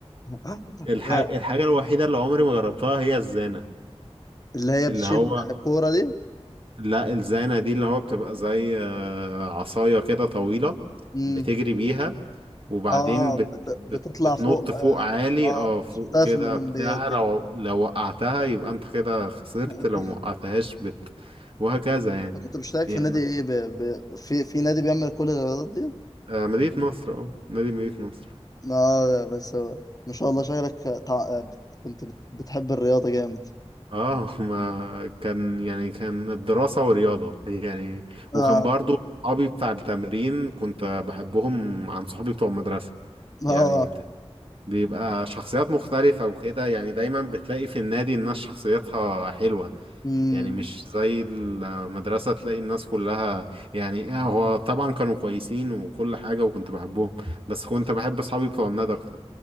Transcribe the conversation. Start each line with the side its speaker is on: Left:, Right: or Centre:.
Left: لا
Right: <laughs> الح... الحاجة الوحيدة اللي عمري ما جربتها هي الزانة
Left: اللي هي
Right: اللي
Left: بتشيل
Right: هو
Left: كورة دي
Right: لا الزانة دي اللي هو بتبقى زي آه، عصاية كده طويلة
Left: امم
Right: بتجري بيها وبعدين
Left: اه
Right: بت...
Left: بت-
Right: بت...
Left: بتطلع
Right: بتنط
Left: فوق
Right: فوق
Left: اه,
Right: عالي
Left: آه
Right: اه فوق
Left: شفتها
Right: كده
Left: في الأولمبياد
Right: بتاع
Left: دي
Right: لو
Left: برضه
Right: لو وقعتها يبقى انت كده خسرت
Left: <laughs>
Right: لو ما وقعتهاش بت... وهكذا يعني
Left: أنت كنت مشترك
Right: يعني
Left: في نادي ايه ب... ب... في في نادي بيعمل كل الرياضات دي
Right: آه، مدينة نصر اه نادي مدينة نصر
Left: اه بس هو- ما شاء الله شكلك تع... بت- كنت بت... بتحب الرياضة جامد
Right: اه <laughs> ما كان يعني كان الدراسة ورياضة يعني
Left: اه
Right: وكان برضو صحابي بتاع التمرين كنت بحبهم عن صحابي بتوع المدرسة
Left: اه
Right: يعني بيبقى شخصيات مختلفة وكده يعني دايما بتلاقي في النادي الناس شخصيتها حلوة
Left: امم
Right: يعني مش زي المدرسة تلاقي الناس كلها يعني آه، هو طبعا كانوا كويسين وكل حاجة وكنت بحبهم بس كنت بحب أصحابي بتوع النادي أكتر